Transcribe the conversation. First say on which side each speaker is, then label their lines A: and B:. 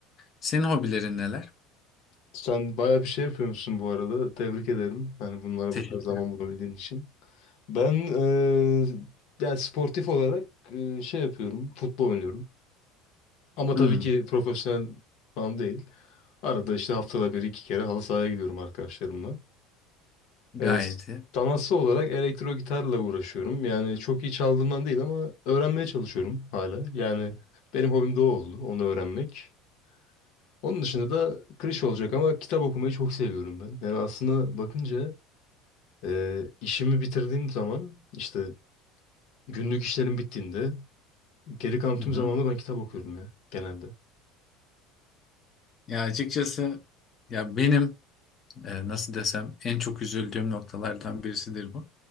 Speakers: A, on the left; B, on the left.
A: Senin hobilerin neler?
B: Sen bayağı bir şey yapıyormuşsun bu arada. Tebrik ederim. Hani bunlara
A: Teşekkür
B: bu kadar zaman
A: ederim.
B: bulabildiğin için. Ben eee yani sportif olarak eee, şey yapıyorum. Futbol oynuyorum. Ama
A: Hmm,
B: tabii ki profesyonel falan değil. Arada işte haftada bir iki kere halı sahaya gidiyorum arkadaşlarımla. E,
A: gayet iyi.
B: sanatsal olarak elektro gitarla uğraşıyorum. Yani çok iyi çaldığımdan değil ama öğrenmeye çalışıyorum hala. Yani benim hobim de o oldu, onu öğrenmek. Onun dışında da klişe olacak ama kitap okumayı çok seviyorum ben. Yani aslında bakınca e, işimi bitirdiğim zaman işte günlük işlerim bittiğinde geri kalan
A: Hı
B: tüm
A: hı.
B: zamanımda ben kitap okuyorum ya genelde.
A: Ya açıkçası ya benim e, nasıl desem en çok üzüldüğüm noktalardan birisidir bu.